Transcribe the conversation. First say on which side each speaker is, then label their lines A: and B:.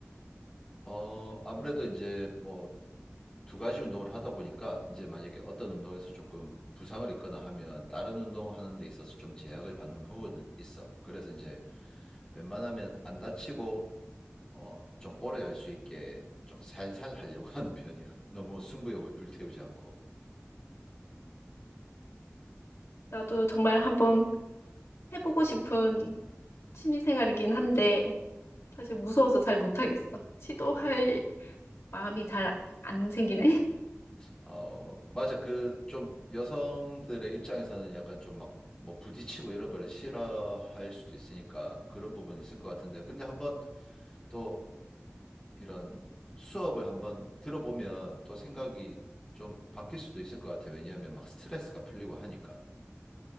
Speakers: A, on the left; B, on the left.
A: 어, 아무래도 이제 뭐 두 가지 운동을 하다 보니까 이제 만약에 어떤 운동에서 조금 부상을 입거나 하면 다른 운동하는 데 있어서 좀 제약을 받는 부분은 있어. 그래서 이제 웬만하면 안 다치고 어, 좀 오래 할 수 있게 좀 살살 하려고 <laughs> 하는 편이야. 너무 승부욕을 불태우지 않고.
B: 나도 정말 한번 해보고 싶은 취미 생활이긴 한데 사실 무서워서 잘 못하겠어. 시도할 마음이 잘 안 생기네.
A: 어, 맞아. 그 좀 여성들의 입장에서는 약간 좀 막 뭐 부딪히고 이런 거를 싫어할 수도 있으니까 그런 부분이 있을 것 같은데. 근데 한번 또 이런 수업을 한번 들어보면 또 생각이 좀 바뀔 수도 있을 것 같아요. 왜냐하면 막 스트레스가 풀리고 하니까.